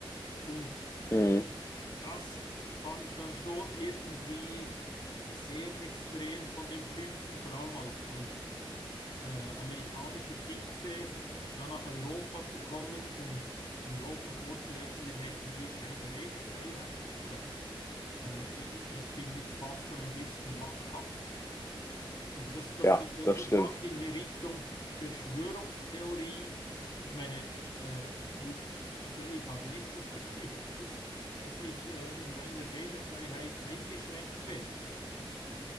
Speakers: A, on the left (about 55°); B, on the left (about 30°).
A: Und
B: Mhm.
A: das fand ich dann schon irgendwie sehr extrem von dem Typen, vor allem als, als äh, amerikanischer Vize, dann nach Europa zu kommen und Europa vorzuwerfen, wir hätten hier keine Redefreiheit. Also äh, das finde ich fast schon ein bisschen lachhaft. Oder das, das
B: Ja,
A: geht dann
B: das
A: schon
B: stimmt.
A: fast in die Richtung Verschwörungstheorie. Ich meine, äh, wir, also ich habe nicht das Gefühl, <laughs> dass, dass ich äh, in meiner Redefreiheit eingeschränkt werde.